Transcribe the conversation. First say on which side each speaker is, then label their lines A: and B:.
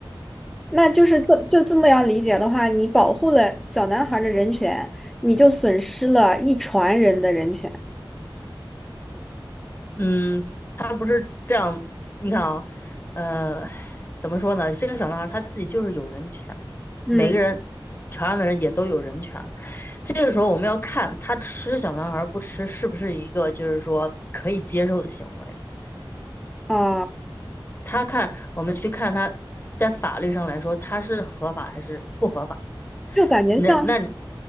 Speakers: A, in the centre; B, on the left.
A: 那就是这就这么样理解的话，你保护了小男孩儿的人权，你就损失了一船人的人权
B: 嗯，他不是这样，你看啊，呃，怎么说呢？这个小男孩他自己就是有人权，
A: 嗯
B: 每个人船上的人也都有人权。这个时候我们要看他吃小男孩不吃是不是一个就是说可以接受的行为。
A: 啊，
B: 他看我们去看他在法律上来说他是合法还是不合法？
A: 就感觉像。
B: 那那